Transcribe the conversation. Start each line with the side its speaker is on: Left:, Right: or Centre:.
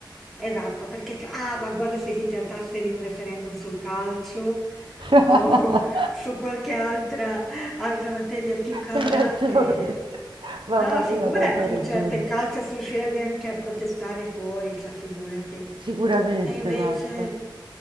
Centre: esatto, perché c- ah, ma guarda se si trattasse di un referendum sul calcio
Right: <laughs> C'hai
Centre: o <laughs> su qualche altra, altra materia più cara,
Right: ragione.
Centre: eh,
Right: Mamma
Centre: no,
Right: mia,
Centre: figurati,
Right: quanto hai ragione.
Centre: cioè, per calcio si riuscirebbe anche a protestare fuori, cioè, figurati.
Right: Sicuramente,
Centre: E invece,
Right: guarda.